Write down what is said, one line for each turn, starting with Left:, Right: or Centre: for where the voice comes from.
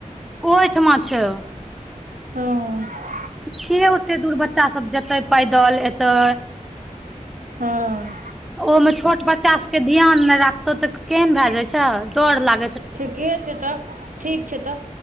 Centre: ओयठमा छय।
Right: हँ अ-
Centre: के ओते दूर बच्चा सब जेतय, पैदल एतय
Right: हँ-
Centre: ओहो में छोट बच्चा सब के ध्यान नय राखतौ त- केहन भैऽ जाय छै डर लाग
Right: ठीके छय त, ठीक छय त